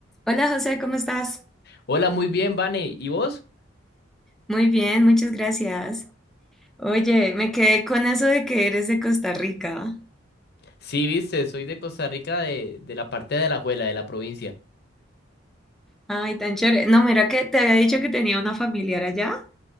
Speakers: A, in the centre; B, on the left (about 55°).
A: Hola José, ¿cómo estás?
B: Hola, muy bien, Vane. ¿Y vos?
A: Muy bien, muchas gracias. Oye, me quedé con eso de que eres de Costa Rica.
B: Sí, viste, soy de Costa Rica, de, de la parte de Alajuela, de la provincia.
A: Ay, tan chévere. No, mira que te había dicho que tenía una familiar allá